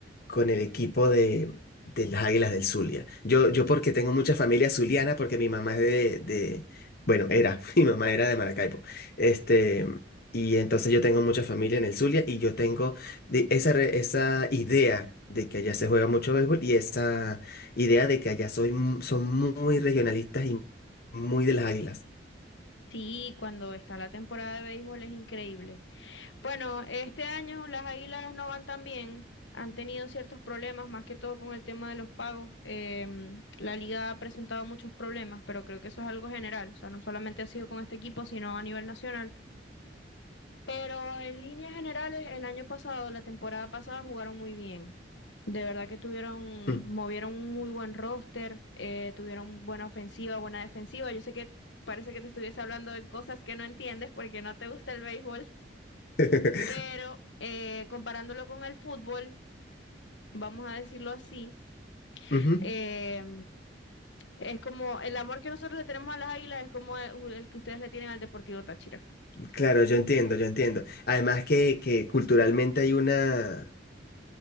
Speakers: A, on the left; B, on the left.
A: con el equipo de, de las Águilas del Zulia. Yo, yo porque tengo mucha familia zuliana, porque mi mamá es de, de, bueno, era, <laughs> mi mamá era de Maracaibo. Este, y entonces yo tengo mucha familia en el Zulia y yo tengo de- esa, re- esa idea de que allá se juega mucho béisbol y esa idea de que allá soy, mu- son muy regionalistas y muy de las Águilas.
B: Sí, cuando está la temporada de béisbol es increíble. Bueno, este año las Águilas no van tan bien. Han tenido ciertos problemas, más que todo con el tema de los pagos. Em, la liga ha presentado muchos problemas, pero creo que eso es algo general. O sea, no solamente ha sido con este equipo, sino a nivel nacional. Pero en líneas generales, el año pasado, la temporada pasada, jugaron muy bien. De verdad que tuvieron,
A: Mm.
B: movieron un muy buen roster, eh, tuvieron buena ofensiva, buena defensiva. Yo sé que parece que te estuviese hablando de cosas que no entiendes porque no te gusta el béisbol,
A: <laughs>
B: pero eh, comparándolo con el fútbol, vamos a decirlo así,
A: Ujú,
B: eh, es como el amor que nosotros le tenemos a las Águilas es como el el que ustedes le tienen al Deportivo Táchira.
A: Claro, yo entiendo, yo entiendo. Además que, que culturalmente hay una...